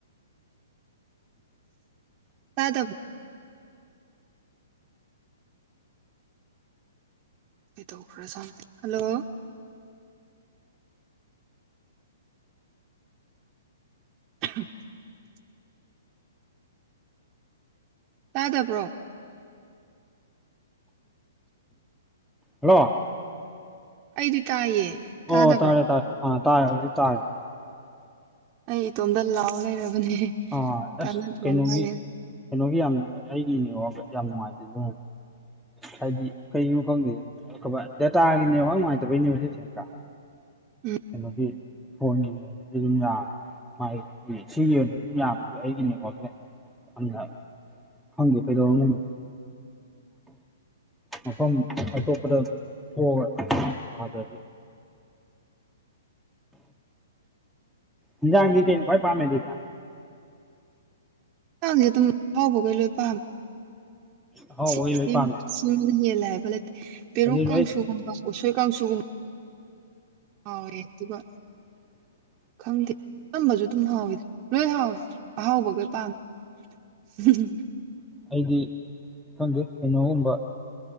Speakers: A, on the right; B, in the centre.
A: ꯇꯥꯗ ꯀꯩꯗꯈ꯭ꯔ ꯍꯜꯂꯣ <unintelligible> ꯇꯥꯗꯕ꯭ꯔꯣ
B: ꯍꯜꯂꯣ
A: ꯑꯩꯗꯤ ꯇꯥꯏꯌꯦ ꯇꯥꯗꯕ꯭ꯔꯣ
B: ꯑꯣ ꯇꯥꯔꯦ ꯇꯥꯔꯦ ꯇꯥꯔꯦ ꯍꯧꯗꯤ ꯇꯥꯔꯦ
A: ꯑꯩ ꯏꯇꯣꯝꯇ ꯂꯥꯎꯑꯣ ꯂꯩꯔꯕꯅꯦ
B: ꯑꯥ ꯑꯁ
A: ꯇꯥꯅꯗ꯭ꯔ
B: ꯀꯩꯅꯣꯒꯤ
A: ꯃꯥꯜꯂꯦ
B: ꯀꯩꯅꯣꯒꯤ ꯌꯥꯝ ꯑꯩꯒꯤꯅꯦꯕꯕ ꯌꯥꯝ ꯅꯨꯡꯉꯥꯏꯇꯦ ꯑꯗꯨ ꯍꯥꯏꯗꯤ ꯀꯩꯒꯤꯅꯣ ꯈꯪꯗꯦ ꯗꯇꯥꯒꯤꯅꯦꯕ ꯅꯨꯡꯉꯥꯏꯇꯕꯩꯅꯦꯕ ꯁꯤꯁꯦꯀ
A: ꯎꯝ
B: ꯀꯩꯅꯣꯒꯤ ꯐꯣꯟꯒꯤ ꯑꯣꯏꯅꯗꯤ ꯑꯗꯨꯝ ꯌꯥꯝꯃꯦ ꯁꯤꯒꯤ ꯑꯣꯏꯅꯁꯨ ꯌꯥꯝꯕꯗ ꯑꯩꯒꯤꯅꯦꯗ ꯌꯥꯝꯅ ꯐꯪꯗꯦ ꯄꯩꯗꯅꯨꯡ ꯃꯐꯝ ꯑꯇꯣꯞꯄꯗ ꯊꯣꯛꯑꯗ꯭ꯔꯗꯤ ꯍꯟꯖꯥꯡꯗꯤ ꯀꯩꯅꯣ ꯈ꯭ꯋꯥꯏ ꯄꯥꯝꯃꯦ ꯑꯗꯨꯗꯤ
A: ꯍꯛꯆꯥꯡꯁꯦ ꯑꯗꯨꯝ ꯍꯥꯎꯕꯈꯩ ꯂꯣꯏ ꯄꯥꯝꯃꯦ
B: ꯑꯍꯥꯎꯕꯒꯤ
A: ꯁꯤ
B: ꯂꯣꯏ ꯄꯥꯝꯃꯦ
A: ꯁꯤꯃꯅ ꯍꯦꯜꯂꯦ ꯍꯥꯏꯕ ꯂꯩꯇꯦ ꯄꯦꯔꯨꯛ
B: ꯑꯗꯨ ꯂꯣꯏ
A: ꯀꯥꯡꯁꯨꯒꯨꯝꯕ ꯎꯁꯣꯏ ꯀꯥꯡꯁꯨꯒꯨꯝꯕ ꯍꯔꯦ ꯑꯗꯨꯒꯒ
B: <unintelligible>
A: ꯈꯪꯗꯦ ꯑꯝꯕꯁꯨ ꯑꯗꯨꯝ ꯍꯥꯎꯋꯤ ꯂꯣꯏ ꯍꯥꯎꯋꯦ ꯑꯍꯥꯎꯕꯈꯣꯏ ꯄꯥꯝꯃꯦ ꯎꯝ
B: ꯑꯩꯗꯤ ꯈꯪꯗꯦ ꯀꯩꯅꯣꯒꯨꯝꯕ